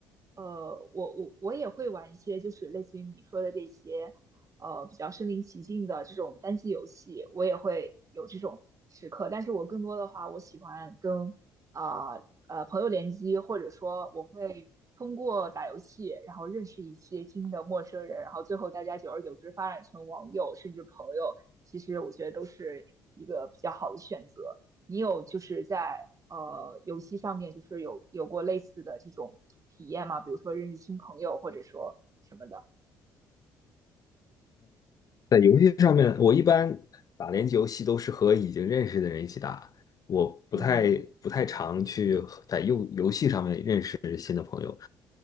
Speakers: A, on the right (about 35°); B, on the left (about 40°).
A: 呃，我我我也会玩一些就是类似于你说的这些呃比较身临其境的这种单机游戏，我也会有这种时刻，但是我更多的话，我喜欢跟啊，呃朋友联机，或者说我会通过打游戏，然后认识一些新的陌生人，然后最后大家久而久之发展成网友甚至朋友，其实我觉得都是一个比较好的选择。你有就是在呃游戏上面就是有有过类似的这种体验吗？比如说认识新朋友，或者说什么的？
B: 在游戏上面，我一般打联机游戏都是和已经认识的人一起打，我不太不太常去和在游游戏上面认识新的朋友。
A: 嗯